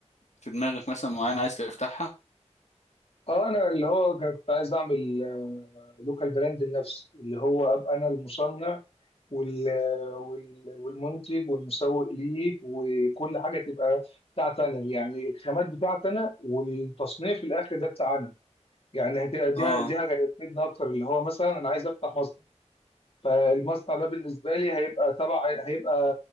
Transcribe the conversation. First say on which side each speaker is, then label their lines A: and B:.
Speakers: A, on the left; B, on the left.
A: في دماغك مثلا معينة عايز تفتحها
B: اه انا اللي هو كنت عايز اعمل لوكال براند لنفسي اللي هو ابقى انا المصنع وال... وال... والمنتج والمسوق ليه وكل حاجه تبقى بتاعتي انا يعني الخامات بتاعتي انا والتصنيع في الاخر ده بتاعنا يعني هت- دي
A: اه
B: دي هتفيدنا اكتر اللي هو مثلا انا عايز افتح مصنع فالمصنع ده بالنسبه لي هيبقى تبع هيبقى